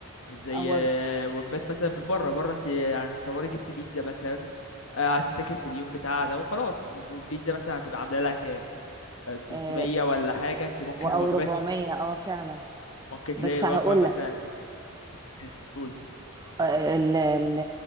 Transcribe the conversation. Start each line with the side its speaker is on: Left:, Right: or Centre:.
Left: مش زي
Right: هو
Left: آه، وجبات مثلا من بره بره انت يعني تصوري جبت بيتزا مثلا آه، هتتاكل في اليوم بتاعها ده وخلاص والبيتزا مثلا هتبقى عامله لها كام آه، 300
Right: آه
Left: ولا حاجه انت ممكن
Right: و- او
Left: وجبات
Right: 400 اه فعلا
Left: ممكن تلاقي
Right: بس
Left: الوجبه
Right: هقول
Left: مثلا
Right: لك
Left: مم، قول
Right: ال- ال-